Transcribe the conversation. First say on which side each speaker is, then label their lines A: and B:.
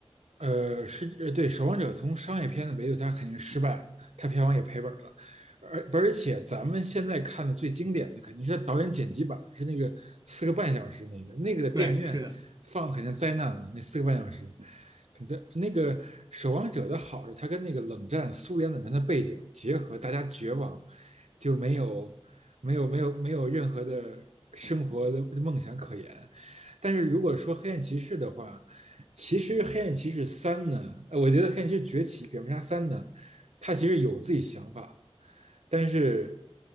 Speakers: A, on the right; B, on the right.
A: 呃，是呃，对，《守望者》从商业片的维度，它肯定失败了它票房也赔本了，而而且咱们现在看的最经典的肯定是导演剪辑版，是那个四个半小时那个，那个的电影院放肯定灾难了，
B: 对，是的。
A: 那四个半小时，可在那个《守望者》的好是它跟那个冷战苏联冷战的背景结合，大家绝望，就没有没有没有没有任何的生活的梦想可言，但是如果说《黑暗骑士》的话，其实《黑暗骑士三》呢，呃我觉得《黑暗骑士崛起》《蝙蝠侠三》呢，他其实有自己想法的但是